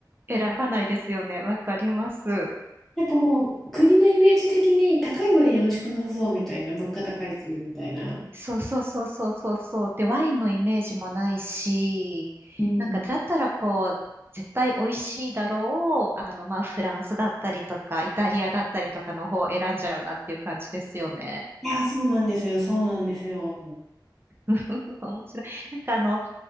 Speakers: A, on the right; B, in the centre.
A: 選ばないですよね。わかります。
B: なんかもう、国のイメージ的に高い割に美味しくなさそうみたいな、物価高いし、みたいな。
A: そうそうそうそうそうそう。で、ワインのイメージもないし、
B: うん。
A: なんかだったらこう、絶対美味しいだろう、あの、まあ、フランスだったりとか、イタリアだったりとかの方を選んじゃうなっていう感じですよね。
B: いや、そうなんですよ、そうなんですよ。
A: <laughs> 面白い。なんかあの、